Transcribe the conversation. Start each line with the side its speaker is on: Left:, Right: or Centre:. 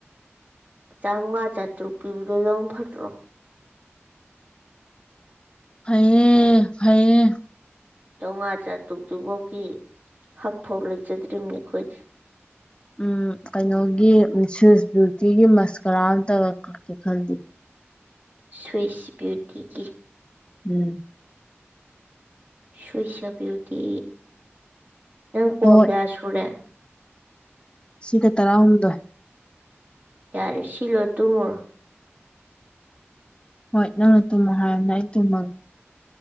Right: ꯆꯥꯃꯉꯥ ꯆꯥꯇ꯭ꯔꯨꯛ ꯄꯤꯕꯗꯣ ꯂꯧꯕꯅ ꯐꯠꯇ꯭ꯔꯣ꯫
Left: ꯐꯩꯌꯦ ꯐꯩꯌꯦ
Right: ꯆꯥꯝꯃꯉꯥ ꯆꯥꯇ꯭ꯔꯨꯛꯇꯨꯐꯥꯎꯒꯤ ꯍꯛ ꯐꯥꯎ ꯂꯩꯖꯗ꯭ꯔꯤꯕꯅꯤ ꯑꯩꯈꯣꯏꯗꯤ
Left: ꯎꯝ ꯀꯩꯅꯣꯒꯤ ꯁꯤꯁ ꯌꯨꯇꯤꯒꯤ ꯃꯁꯀꯔꯥ ꯑꯃꯇ ꯀꯛꯀꯦ ꯈꯜꯂꯤꯌꯦ
Right: ꯁ꯭ꯋꯤꯁ ꯕꯤꯌꯨꯇꯤꯒꯤ
Left: ꯎꯝ
Right: ꯁ꯭ꯨꯏꯁꯕꯤꯌꯨꯇꯤ ꯅꯪ ꯀꯣꯜ
Left: ꯍꯣꯏ
Right: ꯀꯌꯥ ꯁꯨꯔꯦ
Left: ꯁꯤꯒ ꯇꯔꯥꯍꯨꯝꯗꯣꯏ
Right: ꯌꯥꯔꯦ ꯁꯤꯜꯂꯣꯏꯔ ꯇꯨꯝꯃꯨꯔꯣ
Left: ꯍꯣꯏ ꯅꯪꯅ ꯇꯨꯝꯃ ꯍꯥꯏꯔꯝꯃꯤꯅ ꯑꯩ ꯇꯨꯝꯃꯒꯦ ꯫